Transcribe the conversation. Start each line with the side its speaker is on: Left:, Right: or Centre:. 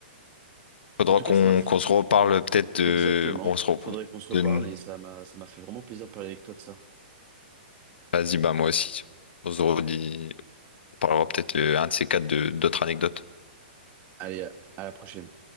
Left: Faudra
Right: en tout
Left: qu'on
Right: cas, ça m'a fait...
Left: qu'on se reparle peut-être de.
Right: Exactement,
Left: On se re-
Right: faudrait qu'on se reparle
Left: de-
Right: et ça m'a ça m'a fait vraiment plaisir de parler avec toi de ça.
Left: Vas-y, bah, moi aussi. On se redit. On parlera peut-être euh, un de ces quatre de d'autres anecdotes.
Right: Allez, à à la prochaine.